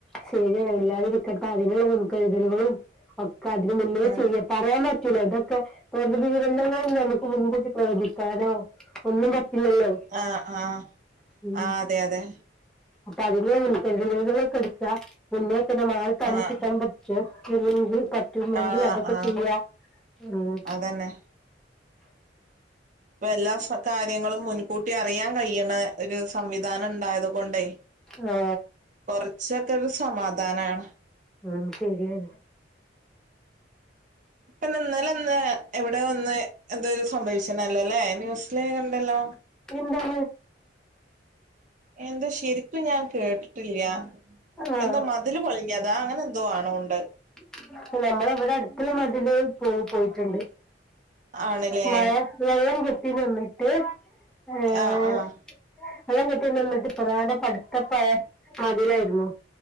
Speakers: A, in the centre; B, on the right.
A: ശെരിയാണ് ഇല്ലാതിരിക്കട്ടെ അതിനുള്ള മുൻകരുതലുകളും അതിന് മുന്നേ
B: ഉം
A: ചെയ്യ പറയാൻ പറ്റ് റ്റുല ഇതൊക്കെ പ്രകൃതി ദുരന്തങ്ങളും നമുക്ക് മുൻകൂട്ടി പ്രവചിക്കാനോ ഒന്നും റ്റില്ലല്ലോ
B: ആഹ് ആഹ്
A: ഉം
B: ആഹ് അതെ അതെ
A: അപ്പ അതിലെ മുൻ കരുതലുകള് ത മുന്നേ പിന്നെ മാറി താമസിക്കാൻ
B: ആഹ്
A: പറ്റെങ്കിൽ പറ്റുമെങ്കിൽ
B: ആഹ്
A: അതൊക്കെ
B: ആഹ്
A: ചെയ്യാ ഉം
B: അതന്നെ ഇപ്പ എല്ലാ കാര്യങ്ങളും മുൻകൂട്ടി അറിയാൻ കഴിണെ ഒരു സംവിധാനം ഇണ്ടായത് കൊണ്ടേ
A: ആ,
B: കൊർച്ചൊക്കെ ഒരു സമാധാനാണ്
A: അഹ് ശെര്യാണ്
B: പിന്നെ ഇന്നലൊന്ന് എവിടെ ഒന്ന് എന്തോര് സംഭവിച്ച്നല്ലല്ലേ ന്യൂസില് കണ്ടല്ലോ
A: എന്താണ്
B: എന്താ ശെരിക്കും ഞാൻ കേട്ട്ട്ടില്ല
A: ആഹ്
B: എന്താ മതില് പോളിഞ്ഞതാ അങ്ങനെ എന്തോ ആണോ ഉണ്ട്.
A: <unintelligible> നമ്മള ഇവിടെ അടുത്തുള്ള മതില് പോ പോയിട്ടുണ്ട്.
B: ആണ്ല്ലേ
A: മഴ വെള്ളം കെട്ടി നിന്നിട്ട് ഏഹ്
B: ആഹ് ആഹ്
A: വെള്ളം കെട്ടി നിന്നിട്ടു പ്രധാന <unintelligible> മതിലായിരുന്നു,